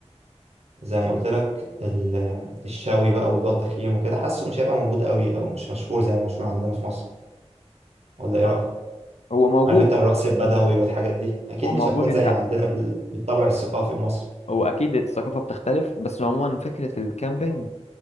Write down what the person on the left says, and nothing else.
آه. هو موجود
هو موجود
انت
هو اكيد الثقافه بتختلف بس عموما فكره الكامبينج